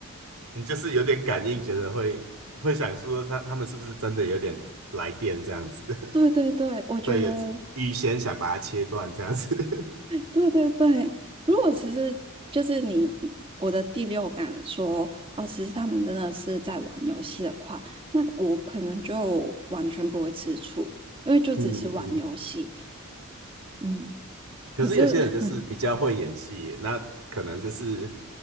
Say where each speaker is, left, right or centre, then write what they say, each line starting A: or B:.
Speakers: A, on the right; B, on the right.
A: 你就是有点感应，觉得会会想说他他们是不是真的有点来电这样子，
B: 对对对，
A: <laughs>
B: 我觉得
A: 会有预先想把它切断这样子。<laughs>
B: 对对对。如果其实就是你我的第六感说哦，其实他们真的是在玩游戏的话，那我可能就完全不会吃醋，因为就只是玩游戏。
A: 嗯嗯。
B: 嗯，
A: 可是有些人就是比较会演戏，
B: 可是 <laughs>
A: 那可能就是